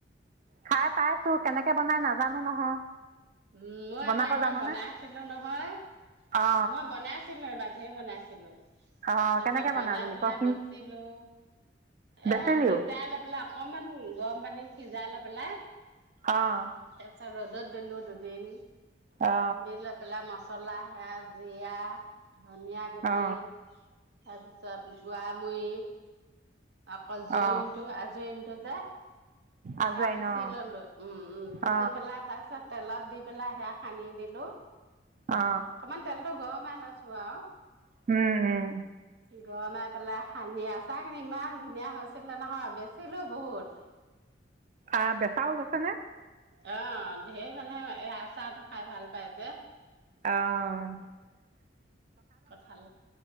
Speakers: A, on the right; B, on the right.
A: খাই পাইছো, কেনেকে বনাই নাজানো, নহয়
B: উম ', মই
A: বনাব
B: এবাৰ একে
A: জাননে
B: বনাই আছিলো নহয়,
A: অ
B: মই বনাইছিলো এবাৰ ধেৰ বনাইছিলো।
A: অ
B: তাৰপিছত
A: কেনেকে
B: বনাই
A: বনালি
B: পেলাই
A: কচোন
B: বেচিলো
A: বেচিলিও
B: এ', তিতাই লৈ পেলাই অকনমান গৰম পানী সিজাই লৈ পেলায়,
A: অ',
B: তাৰপাছত ৰ'দত দিলো দুদিন,
A: অ
B: দিলৈ পেলায় মছ। চলা সেয়া জীৰা, ধনিয়া গুটি,
A: অ অ
B: তাৰপিছত গোৱামুৰি, আকৌ জইন্তটো-
A: অ
B: আজৈনটো দে,
A: আজোৱাইন
B: সেয়া পিচি
A: অ
B: ললো, উম-উম পিচি
A: অ
B: পেলাই তাৰ পিছত তেলত দি পেলাই সেয়া সানি দিলোঁ‌।
A: অ অ
B: অকমান তেলতটো গৰমে লৈছোঁ। ৱাহ',
A: উম-উম
B: গৰমাই পেলাই সানি, আচাৰ খিনি ইমান ধুনীয়া হৈছিলে নহয় বেচিলো বহুত।
A: আহ', বেচাও গৈছে নে?
B: অ', ঢেৰ মানে এ', আচাৰটো খাই ভাল পায় যে,
A: অহ ',
B: কঠাল